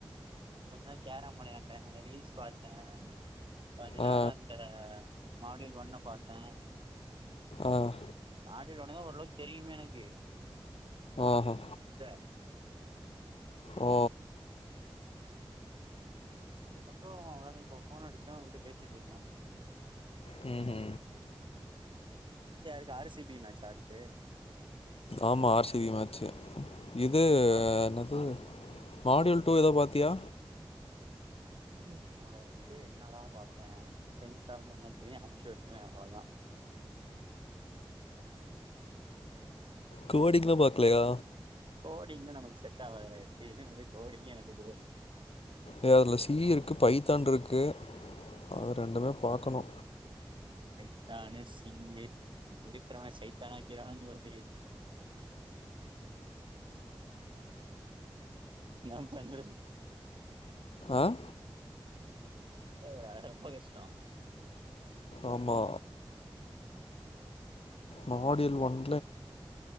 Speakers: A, on the right (about 60°); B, on the left (about 85°).
A: கொஞ் நேரொ கேரம் வெளையாண்டே ரீல்ஸ் பாத்தே கொஞ்ச
B: ஆ
A: நேரோ இந்த மாட்யூல் ஒண்ண பாத்தே
B: ஆஹ்
A: ஆடிடுவானுங்க ஓரளவுக் தெரியுமே எனக்கு
B: ஆஹா
A: <unintelligible>
B: ஓ
A: அதுக்கப்புற அவ்ளோ தா இப்ப ஃபோன் அடிச்ச உங்ககிட்ட பேசிட்டு இருக்கே
B: ம்ஹூ
A: இது ஆர் சி பி மேச்சா அடுத்து
B: ஆமா ஆர் சி பி மேச்சு இது
A: ஆர்
B: என்னது மாட்யூல் டூ எதோ பாத்தியா
A: மாமடியார் கூட வந்து என்னடா பாத்தே சென்சார்னா என்னன் தெரியு ஏக்சுவேட்டர் னா அவ்ளதா
B: குவடிக்லா பாக்லையா
A: கோடிங்ன்னா நமக்கு செட் ஆவாதுடா. எப்பியுமே வந்து கோடிங்கே எனக்கு தூரோ
B: ஏ அதுல சீ இருக்கு பைத்தான் இருக்கு அத ரெண்டுமே பாக்கணு
A: சைத்தானு சிங்குஸ் இருக்கிறவன சைத்தானா ஆக்கிவாங்கு போல தெரிது நான் பஞ்சலஷ்
B: ஆஹ்
A: முடியாதுரா ரொம்ப கஷ்ட்டோ
B: ஆமா மாடில் ஒன்